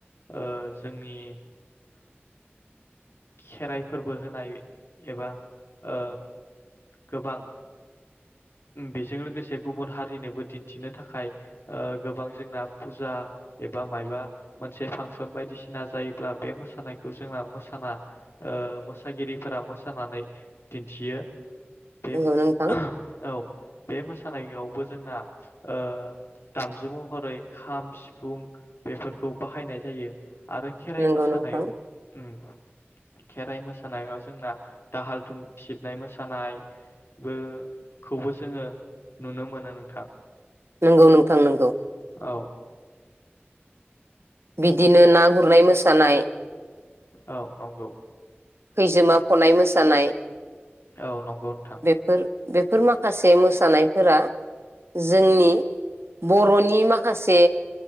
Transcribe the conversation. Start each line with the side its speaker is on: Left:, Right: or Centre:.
Left: ओ जोंनि खेराइ फोरबो होनाय एबा ओ गोबां बेजों लोगोसे गुबुन हारिनोबो दिन्थिनो थाखाय गोबां जोंना फुजा एबा माबा मोनसे फांसन बायदिसिना जायोब्ला बे मोसानायखौ जोंना मोसाना ओ मोसागिरिफोरा मोसानानै दिन्थियो। बे
Right: नंगौ नोंथां
Left: औ। बे मोसानायावबो जोंना ओ दामजु महरै खाम सिफुं बेफोरखौ बाहायनाय जायो। आरो खेराइ
Right: नंगौ
Left: मोसानायाव
Right: नोंथां
Left: ओम खेराइ मोसानायाव जोंना दाहाल थुंग सिबनाय मोसानायखौबो जोंङो नुनो मोनो नोंथां
Right: नंगौ नोंथां नंगौ
Left: औ
Right: बिदिनो ना गुरनाय मोसानाय
Left: औ नंगौ
Right: खैजेमा खनाय मोसानाय
Left: औ नंगौ नोंथां
Right: बेफोर बेफोर माखासे मोसानायफोरा जोंनि बरनि माखासे